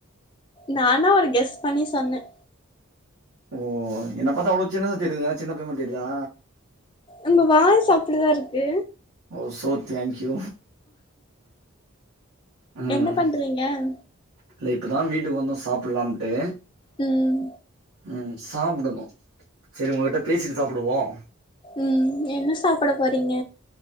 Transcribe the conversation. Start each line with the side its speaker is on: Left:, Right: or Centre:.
Left: நானா ஒரு கெஸ் பண்ணி சொன்னேன்
Right: ஓ என்ன பாத்தா அவ்வளோ சின்னதா தெரியுதுனா சின்ன பைய மாதிரி தெரியுதா
Left: உங்க வாய்ஸ் அப்டிதான் இருக்கு
Right: ஓ சோ தேங்க்யூ ம்
Left: என்ன பண்றீங்க
Right: இல்ல இப்பதான் வீட்டுக்கு வந்தோ சாப்டலாம்ட்டு
Left: ம்
Right: ம் சாப்பிடணும் சரி உங்ககிட்ட பேசிட்டு சாப்டுவோம்
Left: ம் என்ன சாப்பிட போறீங்க